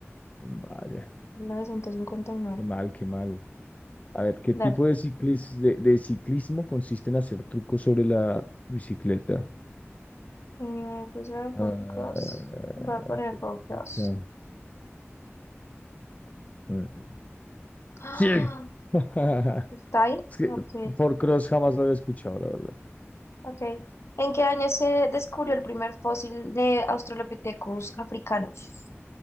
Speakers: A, on the left; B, on the left.
A: Vaya,
B: mil novecientos cincuenta y nueve.
A: qué mal, qué mal. A ver, ¿qué
B: Dale.
A: tipo de ciclis- de, de ciclismo consiste en hacer trucos sobre la bicicleta?
B: Eh, pues voy a poner
A: Ah,
B: Cross. Voy a poner
A: juepucha.
B: Four Cross.
A: Mm, mm.
B: ¡Ah!
A: Sí. <laughs>
B: ¿Está ahí?
A: Es que
B: Ok,
A: Four-Cross jamás lo había escuchado, la verdad.
B: ok. ¿En qué año se descubrió el primer fósil de Australopithecus africanos?